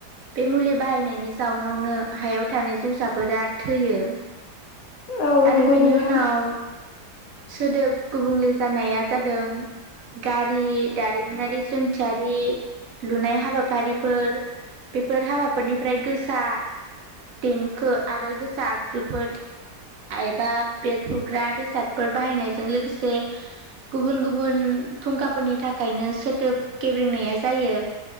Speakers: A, on the right (about 65°); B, on the left (about 65°).
A: बे मुलि बाहायनायनि जाउनावनो हायाव थानाय जोसाफोरा थैयो।
B: औ
A: आरो
B: नंगौ
A: बेनि
B: नोंथां
A: उनाव सोदोब गुबुंले जानाया जादों गारि दारिमिनारि जन्थियारि लुनाय हाबाफारिफोर बे फोर हाबाफोरनिफ्राय गोसा देंखो आरो गोसा आगजुफोर एबा बेरफुग्रा बेसादफोर बाहायनायजों लोगोसे गुबुन गुबुन फुंखाफोरनि थाखायनो सोदोब गेब्रेंनाया जायो।